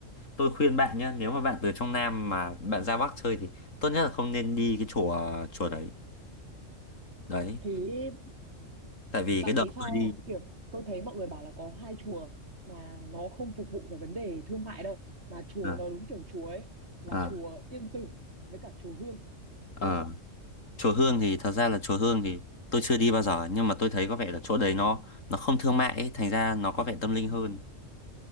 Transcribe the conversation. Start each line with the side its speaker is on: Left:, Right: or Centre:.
Left: tôi khuyên bạn nhé nếu mà bạn từ trong Nam mà bạn ra Bắc chơi thì tốt nhất là không nên đi cái chùa chùa đấy đấy
Right: Thế
Left: tại vì
Right: bạn
Left: cái đợt
Right: thấy sao?
Left: tôi đi
Right: Kiểu tôi thấy mọi người bảo là có hai chùa mà nó không phục vụ cái vấn đề thương mại đâu mà chùa
Left: à,
Right: nó đúng kiểu chùa ấy là
Left: à,
Right: chùa Yên Tử với cả chùa Hương
Left: à,
Right: đúng không?
Left: chùa Hương thì thật ra là chùa Hương thì tôi chưa đi bao giờ nhưng mà tôi thấy có vẻ là chỗ đấy nó nó không thương mại ấy, thành ra nó có vẻ tâm linh hơn